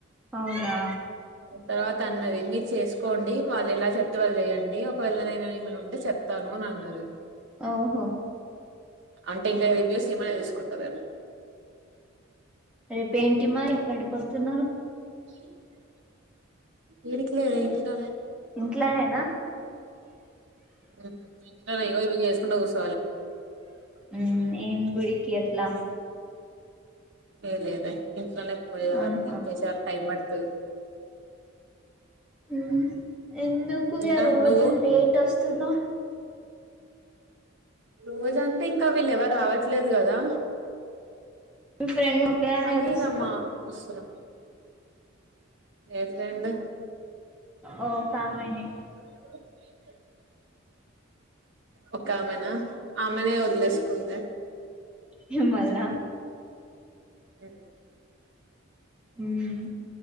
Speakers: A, in the centre; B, on the right (about 65°).
A: అవునా
B: తర్వాత అన్నది మీరు చేసుకోండి వాళ్ళు ఎలా చెప్తే వాళ్ లేయండి ఒకవేళ నే నేను ఏమన ఉంటె చెప్తాను అని అన్నది.
A: ఓహో
B: అంటే ఇంకా రివ్యూస్ ఈమనే తీసుకుంటదేమో.
A: రేపేంటిమరి ఎక్కడికోతున్నావ్.
B: <inaudible> ఏడికిలేదూ ఇంట్లోనే
A: ఇంట్లనేన.
B: మ్మ్ ఇంట్లనె ఏదో ఒకటి చేసుకుంట కూస్
A: మ్మ్ ఏం గుడికి అట్లా.
B: ఏ లేదె <unintelligible>
A: ఆహా
B: అన్ని చేసేవరక్ టైం పడుతది.
A: ఉమ్ ఎందుకు
B: ఇంకా
A: ఇగ రోజు
B: నువ్వు
A: లేట్ ఒస్తున్నవ్.
B: రోజంటే ఇంకా వీళ్ళు ఎవరావట్లేదు గదా.
A: మీ ఫ్రెండ్ ఒకేదానివే
B: అనీ
A: వదిలేస్తుర్రు
B: అమ్మా ఒస్తున ఏ ఫ్రెండు
A: ఓ కామెనె.
B: <inaudible> ఒక్కామెనా ఆమెనే ఒదిలేస్కుంద.
A: మిమ్మల్న.
B: ఉ
A: ఉమ్